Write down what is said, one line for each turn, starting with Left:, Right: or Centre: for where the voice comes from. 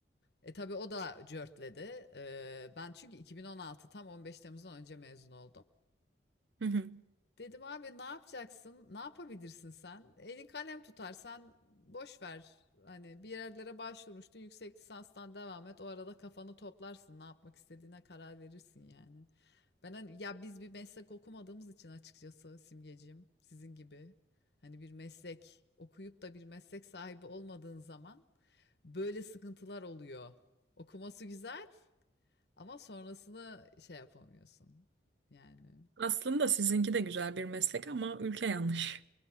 Left: E tabii o da cörtledi. Ee, ben çünkü 2016 tam 15 Temmuz'dan önce mezun oldum.
Right: Hı hı.
Left: Dedim abi ne yapacaksın? Ne yapabilirsin sen? Elin kalem tutarsan boş ver. Hani bir yerlere başvurmuştun. Yüksek lisanstan devam et. O arada kafanı toplarsın. Ne yapmak istediğine karar verirsin yani. Ben hani, ya biz bir meslek okumadığımız için açıkçası Simgeciğim sizin gibi hani bir meslek okuyup da bir meslek sahibi olmadığın zaman böyle sıkıntılar oluyor. Okuması güzel ama sonrasını şey yapamıyorsun. Yani
Right: Aslında sizinki de güzel bir meslek ama ülke yanlış.